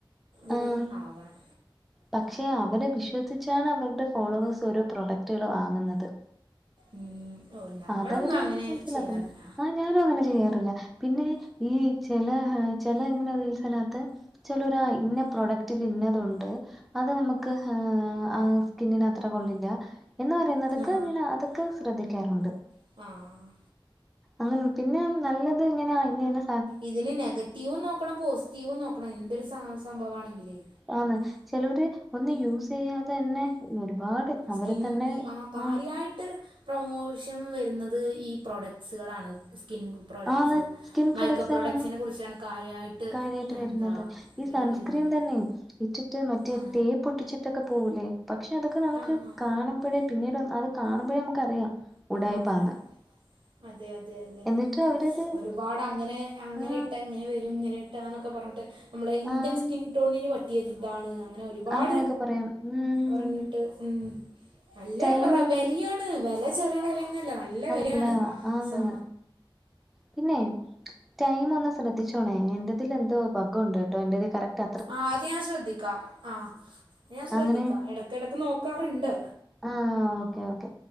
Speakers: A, on the right (about 80°); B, in the centre.
A: ഇതിൽ
B: ആഹ്
A: ആവണം
B: പക്ഷെ അവരെ വിശ്വസിച്ചാണ് അവരുടെ ഫോളോവേഴ്സ് ഓരോ പ്രോഡക്റ്റുകൾ വാങ്ങുന്നത്
A: ഉ ഓ നമ്മളൊന്നും
B: അതവര്
A: അങ്ങനെ
B: മനസ്സിലാക്കുന്നു
A: ചെയ്യാറില്ല
B: ആഹ് ഞാനും അങ്ങനെ ചെയ്യാറില്ല പിന്നെ ഈ ചില ചില ഇങ്ങനെ റീൽസനകത്ത് ചലോരാ ഇന്ന പ്രൊഡക്റ്റില് ഇന്നതു ഉണ്ട് അത് നമുക്ക് ആഹ് സ്കിന്നിന് അത്ര കൊള്ളില്ല എന്ന് എന്നതൊക്കെ
A: ആ
B: ഇങ്ങനെ അതൊക്കെ ശ്രദ്ധിക്കാറുണ്ട്
A: ആഹ്
B: അങ്ങനെയ പിന്നെ നല്ലത് ഇങ്ങനെയ അതിനെന്
A: ഇതിന് നെഗറ്റീവും നോക്കണം പോസിറ്റീവും നോക്കണം എന്തൊരു സ സംഭവ ആണെങ്കിലേ
B: ആന്ന് ചിലർ ഒന്നും യൂസ് ചെയ്യാതെ തന്നെ ഒരുപാട് അവരെ
A: സ്കിൻ
B: തന്നെ
A: ഈ ആഹ് കാര്യായിട്ട്
B: ആ
A: പ്രമോഷൻ വരുന്നത് ഈ പ്രൊഡക്ട്സുകളാണ് സ്കിൻ പ്രോഡക്ട്സ്
B: ആണ് സ്കിൻ പ്രൊഡക്ട്സുകളാണ്
A: മൈക്കപ്പ് പ്രോഡക്ട്സിനെ കുറിച്ചാണ് കാര്യമായിട്ട്
B: കാര്യായിട്ട് വരുന്നത്
A: എന്താ
B: ഈ സൺസ്ക്രീൻ
A: വരുന്നത്
B: തന്നെ ഇട്ടിട്ട് മറ്റേ
A: ആ
B: ടെപ്പൊട്ടിച്ചി ട്ടൊക്കെ പോകൂലേ പക്ഷെ അതൊക്കെ നമുക്ക്
A: ആ
B: കാണുമ്പോഴേ പിന്നീട് അത് കാണുമ്പോഴേ നമുക്കറിയാം ഉടായിപ്പാന്ന്.
A: അതെ അതെ അതെ അതെ
B: എന്നിട്ട് അവരത്
A: ഒരുപാട് അങ്ങനെ അങ്ങനെ
B: ആ
A: ഇട്ടാ അങ്ങനെ വരും ഇങ്ങനെ ട്ടാന്നൊക്കെ പറഞ്ഞിട്ട് നമ്മടെ ഇന്ത്യൻ
B: ആ
A: സ്കിൻ ടോണിന് പറ്റിയത് ഇതാണ് അങ്ങനെ ഒരുപാട്
B: അങ്ങനെയൊക്കെ പറയാം ഉം
A: പറഞ്ഞ് ട്ട് ഉം നല്ലെ
B: ടൈം
A: റെ വെലയാണ് വെല ചെറിയ വിലയൊന്നുല്ല. ന നല്ല
B: അല്ല
A: വെലയാണ്
B: ആന്ന്
A: സാ
B: പിന്നെ ടൈം ഒന്ന് ശ്രദ്ധിച്ചോണേ എന്റെതിൽ എന്തോ ബഗ്ഗുണ്ടേട്ടോ എന്റെതി കറക്റ്റ
A: ആഹ് അത് ഞാൻ ശ്രദ്ധിക്കാ ആഹ് ഞാൻ ശ്രദ്ധിക്കാ
B: അങ്ങനെ
A: ഇടക്കിടക്ക് നോക്കാറുണ്ട്.
B: ആഹ് ഓക്കേ ഓക്കേ